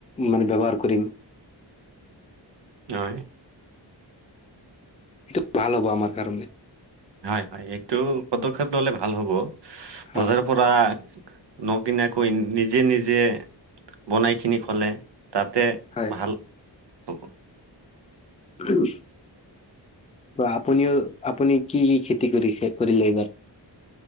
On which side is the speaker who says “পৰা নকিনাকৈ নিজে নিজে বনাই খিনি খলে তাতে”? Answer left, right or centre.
Right